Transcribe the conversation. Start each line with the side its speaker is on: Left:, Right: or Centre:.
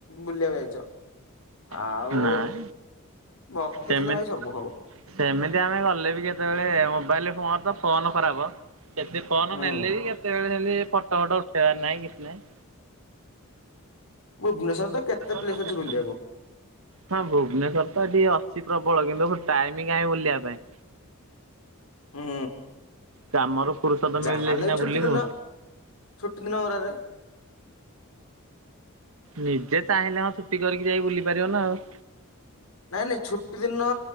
Left: ବୁଲିବାକୁ ଯାଇଛ। ଆଉ
Right: ନାହିଁ ନାଇଁ
Left: ଭକ୍ତି
Right: ସେମିତି
Left: ଥିଲେ ଭାଇ ସବୁ ହବ।
Right: ସେମିତି ଆମେ ଗଲେ ବି କେତେବେଳେ ମୋବାଇଲର ତ ଫୋନ ଖରାପ। ଯେତେ ଫୋନ୍
Left: ହୁଁ
Right: ନେଲେ ବି କେତେବେଳେ ହେଲେ ଫଟୋ ଫଟ ଉଠେଇବାର ନାହିଁ କିଛି ନାହିଁ।
Left: ଭୁବନେଶ୍ୱର ନ ତ କେତେ
Right: ଭୁବନେଶ୍ବର
Left: ପ୍ଲେସ୍ ଅଛି ବୁଲିବାକୁ
Right: ତ କେତେ ହଁ ଭୁବନେଶ୍ଵର ତ ଏ ଟିକେ ଅଛି ପ୍ରବଳ କିନ୍ତୁ ଟାଇମ୍ କାହିଁ ବୁଲିବା ପାଇଁ।
Left: ହୁଁ।
Right: କାମରୁ ଫୁରୁସତ
Left: ଯାହାହେଲେ
Right: ମିଳିଲେ ସିନା
Left: ବି ଛୁଟି
Right: ବୁଲିବୁ
Left: ଦିନ ଛୁଟି ଦିନ ଧରାଯାଏ।
Right: ନିଜେ ଚାହିଁଲେ ହଁ ଛୁଟି କରିକି ଯାଇ ବୁଲି ପାରିବ ନା ଆଉ।
Left: ନାଇଁ ନାଇଁ ଛୁଟି ଦିନ